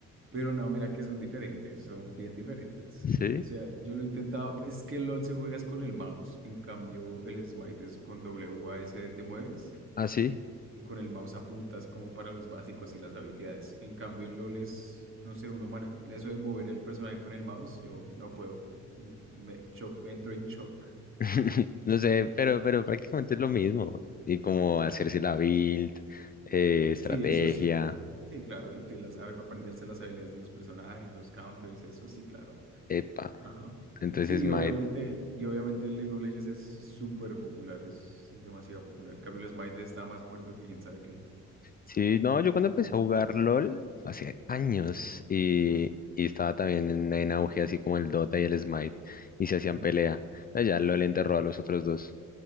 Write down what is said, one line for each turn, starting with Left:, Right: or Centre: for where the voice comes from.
Right: Pero no, mira que son diferentes, son bien diferentes.
Left: ¿sí?
Right: O sea, yo lo he intentado, pues, es que el LOL se juegas con el mouse, en cambio el Smite es con w a s d te mueves
Left: Ah, sí.
Right: y con el mouse apuntas como para los básicos y las habilidades. En cambio en LOL es, no sé, uno mane- eso de mover al personaje con el mouse, yo no puedo, me cho- entro en shock.
Left: <laughs> No sé, pero, pero prácticamente es lo mismo. Y como hacerse la build, eh, estrategia,
Right: Sí, eso sí. Sí, claro, y que las, a- aprenderse las habilidades de los personajes, los counters, eso sí, claro.
Left: epa.
Right: Ajá.
Left: Entonces,
Right: Sí,
Left: smite
Right: y obviamente, y obviamente el League of Legends es súper popular, es demasiado popular. En cambio, el Smite está más muerto que quién sabe qué.
Left: Sí, no, yo cuando empecé a jugar LOL, hace años, y, y estaba también en, en auge, así como el Dota y el Smite, y se hacían
Right: Mm.
Left: pelea. Pero ya LOL enterró a los otros dos.